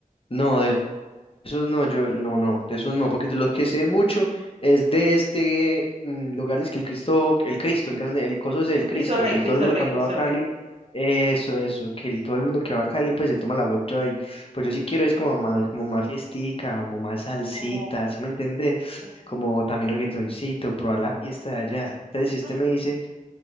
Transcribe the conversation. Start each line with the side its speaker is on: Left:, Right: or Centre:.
Left: No, de Esos no, yo no, no, de esos no, porque de los que sé mucho es de este mm, lugar, es que el Cristo, el Cristo, el grande, el coso es el
Right: Eh,
Left: Cristo,
Right: Cristo Rey,
Left: que
Right: Cristo
Left: todo el mundo
Right: Rey,
Left: cuando
Right: Cristo
Left: va a Cali,
Right: Rey.
Left: eso, eso, que el- todo el mundo que va a Cali pues se toma la foto ahí, pues yo sí quiero es como más, como más fiestica, como más salsita,
Right: Como,
Left: ¿sí me entendés?
Right: como-
Left: Como también reggaetoncito, probar la fiesta de allá, entonces si usted
Right: no digo-
Left: me dice